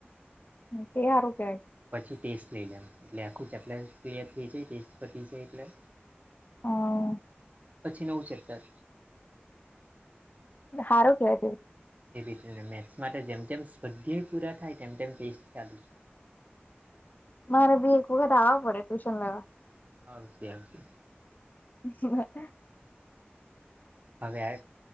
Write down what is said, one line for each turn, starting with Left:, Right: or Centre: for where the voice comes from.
Left: તે સારું કેવાય.
Right: પછી ટેસ્ટ લઈ એમ એટલે આખું ચેપ્ટર ક્લિયર થઈ જાય ટેસ્ટ પતી જાય એટલે
Left: હા.
Right: પછી નવું ચેપ્ટર
Left: હારું કેવાય છે.
Right: એવી રીતે મેથ્સ માટે જેમ તેમ સ્પધ પૂરા થાય તેમ તેમ ટેસ્ટ ચાલુ
Left: મારે બી એક વખત આવવા પડે ટ્યુશન લેવા
Right: આ વિધાર્થી
Left: શુ હતા
Right: હવે આ